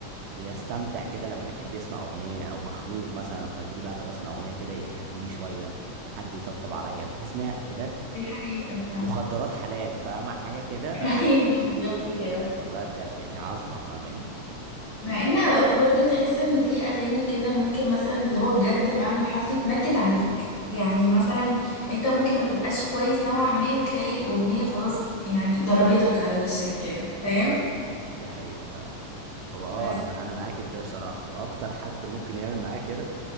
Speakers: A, on the right; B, on the left.
A: بيستمتع كده لما بيحب يسمع اغنيه او مخنوق مثلا فتقولي بقى طب اسمع اغنيه كده ايه تهديني شويه حد يطبطب عليا فتحس ان هي بجد
B: دي حقيقة فعلا
A: مخدرات حلال فاهمه حاجه كده
B: <laughs> ايوه بالظبط كده
A: والله بجد يعني عظمه فاهماني
B: مع ان اوقات برضو تحس ان في اغاني كده ممكن مثلا اللي هو بجد بمعنى الحرفي تنكد عليك يعني مثلا انت ممكن ما تبقاش كويس نوعا ما وتلاقي الاغنية خلاص يعني ضربتك على وشك كده فاهم
A: دي حقيقه فعلا هو اه
B: بس
A: انا انا معاكي في ده بصراحه واكتر حد ممكن يعمل معاه كده